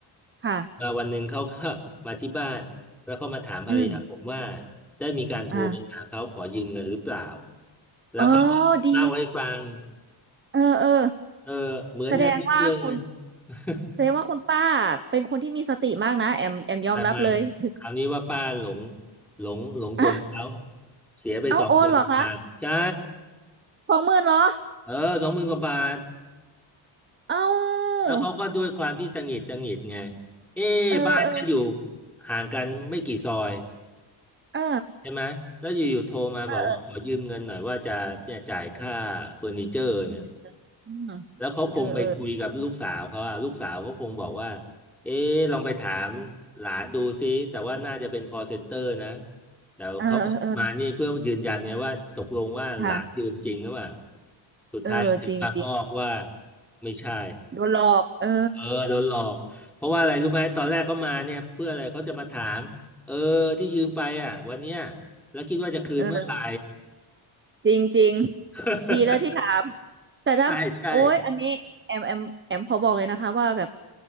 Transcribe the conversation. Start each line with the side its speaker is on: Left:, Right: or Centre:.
Right: ค่ะ
Centre: มาวันหนึ่งเขาก็ <laughs> มาที่บ้านแล้วก็มาถามภรรยาผมว่า
Right: อืม
Centre: ได้มีการโทรไปหาเขาขอยืมเงินหรือเปล่า
Right: อ่า
Centre: แล้วเขาก็เล่าให้ฟัง
Right: อ๋อดีเออเออ
Centre: เออเหมือนกันเป๊ะเลย
Right: แสดงว่าคุณ
Centre: <laughs>
Right: แสดงว่าคุณป้าเป็นคนที่มีสติมากนะแอมแอมยอมรับเลยถึง
Centre: ไม่ไม่คราวนี้ว่าป้าหลงหลงหลงกลเขา
Right: อ่ะ
Centre: เสียไปสองหมื่นกว่าบาทใช่
Right: เอาโอนเหรอคะสองหมื่นเหรอ
Centre: เออสองหมื่นกว่าบาท
Right: เอา
Centre: แล้วเขาก็ด้วยความที่ตังหงิดตังหงิดไงเอ๊ะบ้านก็อยู่
Right: เออเออ
Centre: ห่างกันไม่กี่ซอย
Right: เออ
Centre: ใช่ไหมแล้วอยู่ๆโทรมาบอกว่าขอยืมเงินหน่อยว่าจะเนี่ยจ่ายค่าเฟอร์นิเจอร์เนี่ย
Right: เออเอออืมอืม
Centre: แล้วเขาคงไปคุยกับลูกสาวเขาอะลูกสาวเขาคงบอกว่า
Right: เออเออ
Centre: เอ๊ะลองไปถามหลานดูซิแต่ว่าน่าจะเป็น call center นะแต่เขามานี่เพื่อยืนยันไงว่าตกลงว่าหลานยืมจริงหรือเปล่า
Right: เออเออเออค่ะ
Centre: สุดท้ายถึงบางอ้อว่า
Right: เออจริงจริง
Centre: ไม่ใช่
Right: โดนหลอกเออ
Centre: เออโดนหลอกเพราะว่าอะไรรู้ไหมตอนแรกเขามาเนี่ยเพื่ออะไรเขาจะมาถามเออที่ยืมไปอ่ะวันเนี้ยแล้วคิดว่าจะคืนเมื่อไหร่
Right: เออ จริงจริง
Centre: <laughs>
Right: ดีแล้วที่ถามแต่ถ้าโอ้ยอันนี้แอมแอมแอมขอบอกเลยนะคะว่าแบบ
Centre: ใช่ใช่